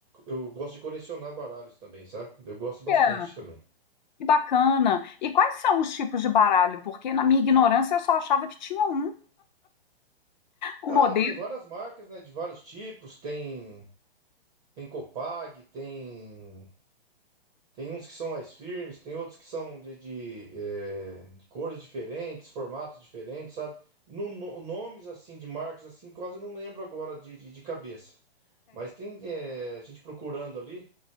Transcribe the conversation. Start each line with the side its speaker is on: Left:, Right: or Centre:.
Right: eu gosto de colecionar baralhos também, sabe? Eu gosto bastante
Left: Olha,
Right: também.
Left: que bacana. E quais são os tipos de baralho? Porque na minha ignorância eu só achava que tinha um, o
Right: Ah,
Left: modelo.
Right: tem várias marcas, né? De vários tipos, tem. Tem Copag, tem tem uns que são mais firmes, tem outros que são de, de, eh, de cores diferentes, formatos diferentes, sabe? No, no- nomes assim de marcas assim, quase eu não lembro agora de, de, de cabeça. Mas tem eh, a gente procurando ali,